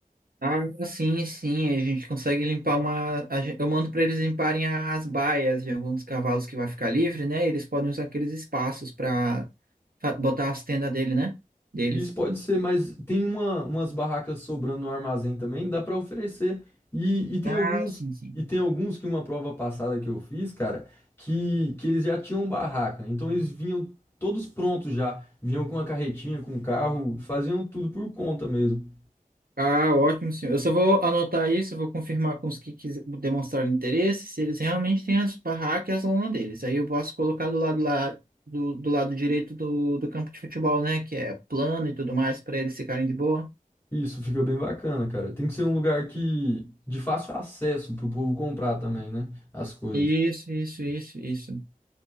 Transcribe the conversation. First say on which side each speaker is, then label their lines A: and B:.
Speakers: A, on the right; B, on the left.
A: Ah, sim, sim, a gente consegue limpar uma. a gen- Eu mando para eles limparem as baias de alguns cavalos que vai ficar livre, né? Eles podem usar aqueles espaços para botar as tendas dele, né? Deles.
B: Isso pode ser, mas tem uma, umas barracas sobrando no armazém também, dá para oferecer. E, e tem
A: Ah,
B: alguns
A: sim, sim.
B: e tem alguns que uma prova passada que eu fiz, cara, que, que eles já tinham barraca. Então eles vinham todos prontos já, vinham com a carretinha, com o carro, faziam tudo por conta mesmo.
A: Ah, ótimo, senhor. Eu só vou anotar isso, vou confirmar com os que quis- demonstraram interesse, se eles realmente têm as barracas e as lona deles. Aí eu posso colocar do lado lá, do, do lado direito do, do campo de futebol, né? Que é plano e tudo mais, para eles ficarem de boa.
B: Isso fica bem bacana, cara. Tem que ser um lugar que de fácil acesso pro povo comprar também, né? As coisas.
A: Isso, isso, isso, isso.